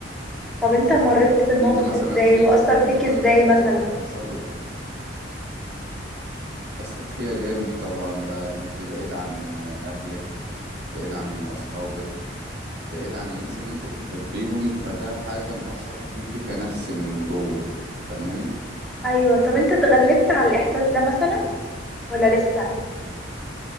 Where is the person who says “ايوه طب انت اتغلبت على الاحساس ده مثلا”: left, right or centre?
Centre